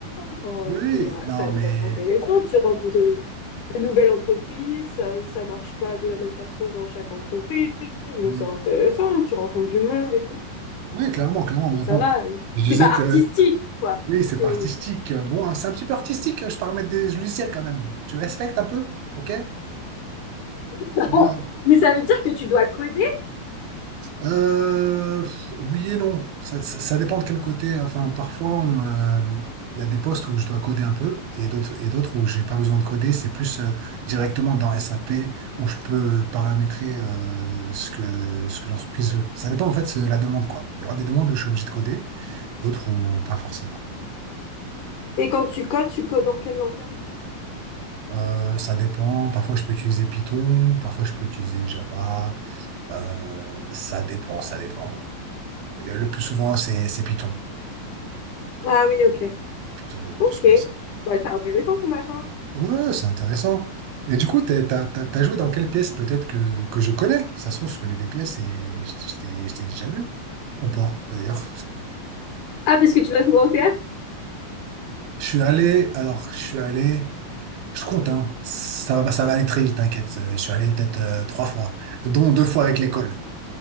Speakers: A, on the left; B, on the right.
A: enfin,
B: Oui,
A: c'est,
B: non,
A: ça a l'air
B: mais.
A: d'être intéressant. Tu rencontres de, de nouvelles entreprises, ça, ça marche pas de la même façon dans chaque entreprise, donc
B: hmm,
A: c'est intéressant, tu rencontres du monde et tout,
B: Oui, clairement, clairement. Mais
A: donc ça
B: bon,
A: va. euh.
B: je disais
A: C'est pas
B: que.
A: artistique,
B: euh,
A: quoi.
B: Oui, c'est
A: C'est
B: pas artistique. Bon, hein, c'est un petit peu artistique. hein, Je te remets des logiciels quand même. Tu respectes un peu? OK?
A: <laughs>
B: Non.
A: Mais ça veut dire que tu dois coder?
B: Euh, pff, oui et non. Ça, ça- ça dépend de quel côté. Enfin, parfois, on, euh, il y a des postes où je dois coder un peu et d'autres et d'autres où j'ai pas besoin de coder. C'est plus euh, directement dans SAP où je peux paramétrer euh, ce que, ce que l'entreprise veut. Ça dépend en fait de la demande, quoi. Il y aura des demandes où je suis obligé de coder, d'autres où pas forcément.
A: Et quand tu codes, tu codes dans quel langage?
B: Euh, ça dépend. Parfois, je peux utiliser Python, parfois, je peux utiliser Java. Euh, ça dépend, ça dépend. Mais Le le plus souvent, c'est c'est Python.
A: Ah oui, ok.
B: Plutôt, le
A: Ok.
B: plus souvent, c'est-
A: Bah, c'est intéressant ton machin.
B: Ouais, c'est intéressant. Mais du coup, t'as, t'as- t'as- t'as joué dans quelle pièce peut-être que, que je connais? Ça se trouve, je connais des pièces et je je t'ai je t'ai déjà vu. Ou pas, d'ailleurs.
A: Ah, parce que tu vas souvent au théâtre?
B: Je suis allé, alors, je suis allé, je compte, hein. Ça va, ça va aller très vite, t'inquiète. Euh, Je suis allé peut-être euh, trois fois, dont deux fois avec l'école.